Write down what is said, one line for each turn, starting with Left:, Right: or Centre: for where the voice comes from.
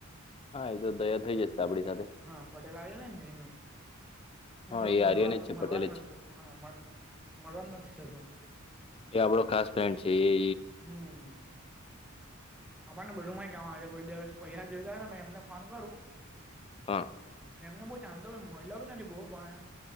Left: હા એ તો તૈયાર થઇ જતા આપડી સાથે
Centre: હા પટેલ આવે ને ને અહીંયા
Left: હા
Centre: થોડું
Left: એ
Centre: મળવાનું
Left: આર્યને જ છે
Centre: મળવાનું
Left: પટેલે જ
Centre: હા પણ મળવાનું નથી થતું
Left: એ આપડો ખાસ ફ્રેન્ડ છે એ
Centre: હમ આપણને બધુંમાં ક કેય છે કોઈ દિવસ પૈસા જોઈતા હો ને મે એમને ફોન કરું
Left: હા
Centre: એમને બહુ આમ તો મળિયો ભી નથી બહુ પણ એમ